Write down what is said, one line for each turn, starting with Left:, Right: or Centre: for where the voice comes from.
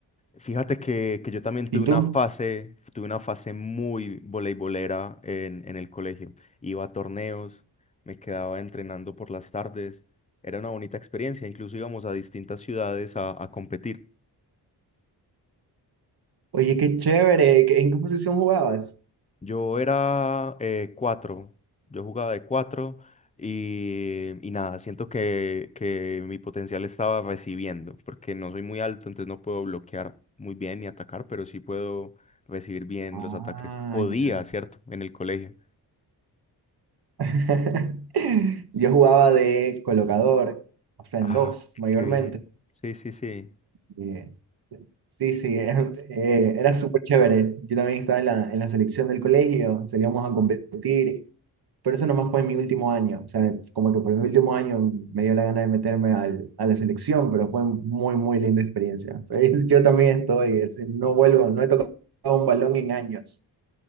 Left: Fíjate que, que yo también tuve
Right: ¿Y tú?
Left: una fase, tuve una fase muy voleibolera en, en el colegio. Iba a torneos, me quedaba entrenando por las tardes. Era una bonita experiencia, incluso íbamos a distintas ciudades a, a competir.
Right: Oye, qué chévere, ¿qué- ¿en qué posición jugabas?
Left: Yo era eh, cuatro, yo jugaba de cuatro y, y nada, siento que, que mi potencial estaba recibiendo, porque no soy muy alto, entonces no puedo bloquear muy bien ni atacar, pero sí puedo recibir bien
Right: Ah,
Left: los ataques. Podía,
Right: ya.
Left: ¿cierto? En el colegio.
Right: <laughs> Yo jugaba de colocador, o sea,
Left: Ah,
Right: en dos, mayormente.
Left: qué bien. Sí, sí, sí.
Right: Eh, Sí, sí, <laughs> eh, eh, era súper chévere. Yo también estaba en la, en la selección del colegio, salíamos a competir, pero eso nomás fue en mi último año. O sea, como que por mi último año me dio la gana de meterme al, a la selección, pero fue muy, muy linda experiencia. <laughs> Pues, yo también estoy, es- no vuelvo, no he tocado un balón en años.